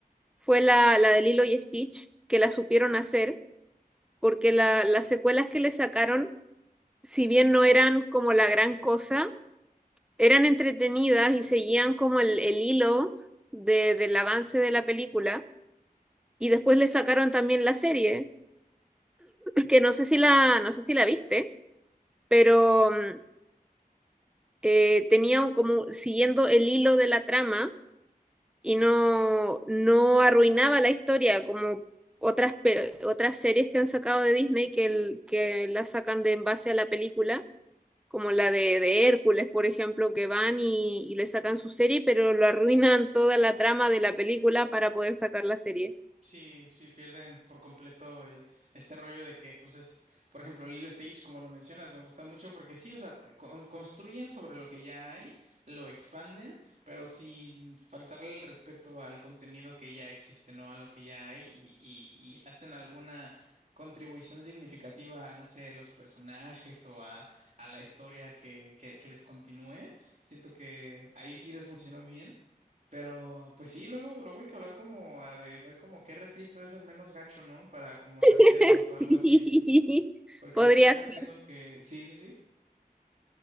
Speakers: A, in the centre; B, on the right.
A: fue la, la de Lilo y Stitch, que la supieron hacer, porque la, las secuelas que le sacaron, si bien no eran como la gran cosa, eran entretenidas y seguían como el, el hilo de, del avance de la película. Y después le sacaron también la serie. que no sé si la, no sé si la viste, pero mm, eh, tenía un- como siguiendo el hilo de la trama y no, no arruinaba la historia como otras, pe- otras series que han sacado de Disney que, el- que la sacan de en base a la película, como la de, de Hércules, por ejemplo, que van y, y le sacan su serie, pero lo arruinan toda la trama de la película para poder sacar la serie.
B: Sí, sí pierden por completo el este rollo de que, pues es, por ejemplo, Lilo y Stitch como lo mencionas, me gusta mucho porque sí, o sea, te con- construyen sobre lo que ya hay, lo expanden, pero sin faltarle el respeto al contenido que ya existe, ¿no? A lo que ya hay y, y, y hacen alguna contribución significativa a, no sé, los personajes o a, a la historia que, que, que les continúe. Siento que ahí sí les funcionó bien. Pero, pues sí, luego, luego hay que hablar como a de ver como qué refrito es el menos gacho, ¿no? Para como
A: <laughs>
B: rankearlos o algo
A: Sí,
B: así. Porque
A: podría
B: ahorita ya
A: ser.
B: me tengo que. Sí, sí, sí.